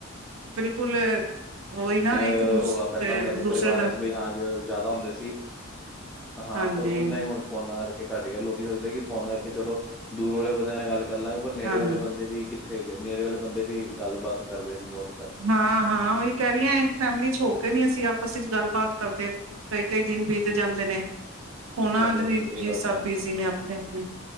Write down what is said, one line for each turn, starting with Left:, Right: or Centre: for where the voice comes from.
Right: ਬਿਲਕੁਲ ਉਹੀ ਨਾ
Centre: ਅਹ
Right: ਇੱਕ ਦੂਸ
Centre: ਰੌਲਾ ਪੈਂਦਾ ਹੁੰਦਾ ਸੀ
Right: ਦੂਸਰੇ
Centre: ਪਰਿਵਾਰਾਂ
Right: ਦਿਨ
Centre: ਚ ਬਈ ਹਾਂ ਜ਼ਿਆਦਾ ਹੁੰਦੇ ਸੀ ਹਾਂ
Right: ਹਾਂਜੀ
Centre: ਪਰ ਓਨੇ ਹੁਣ ਫੋਨਾਂ ਕਰਕੇ ਘੱਟ ਗਿਆ ਲੋਕੀ ਸੋਚਦੇ ਕਿ ਫੋਨ ਕਰਕੇ ਚਲੋ ਦੂਰ ਵਾਲੇ ਬੰਦਿਆਂ ਨਾਲ ਗੱਲ ਕਰ ਲਾਂ। ਪਰ ਨੇੜੇ
Right: ਹਾਂਜੀ
Centre: ਵਾਲੇ ਬੰਦੇ ਵੀ ਕਿੱਥੇ ਨੇੜੇ ਵਾਲੇ ਬੰਦੇ ਵੀ ਗੱਲਬਾਤ ਕਰਦੇ ਨੀ ਬਹੁਤ ਘੱਟ।
Right: ਹਾਂ ਹਾਂ ਉਹੀ ਕਹਿ ਰਹੀ ਆਂ ਕਿ ਫੈਮਿਲੀ ਚ ਹੋ ਕੇ ਨੀ ਅਸੀਂ ਆਪਸ ਵਿੱਚ ਗੱਲਬਾਤ ਕਰਦੇ ਕਈ ਕਈ ਦਿਨ ਬੀਤ ਜਾਂਦੇ ਨੇ ਉਹਨਾਂ
Centre: ਹਾਂਜੀ
Right: ਜੀ
Centre: ਹਾਂਜੀ ਇਹ ਗੱਲ
Right: ਸਭ
Centre: ਤੇ ਹੈ
Right: ਬਿਜ਼ੀ ਨੇ ਆਪਣੇ ਆਪਣੇ